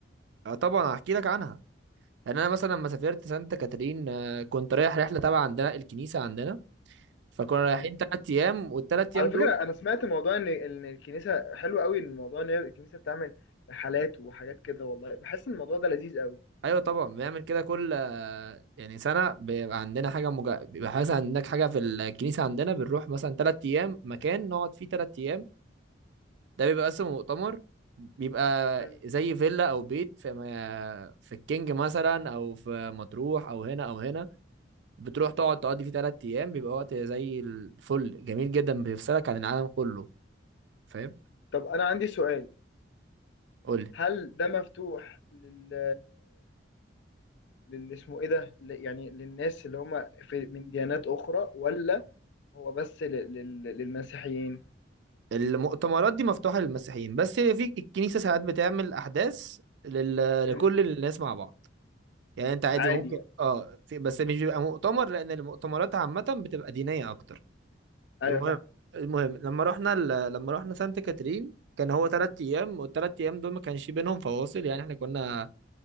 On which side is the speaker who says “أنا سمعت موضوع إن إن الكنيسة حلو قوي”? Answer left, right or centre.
Left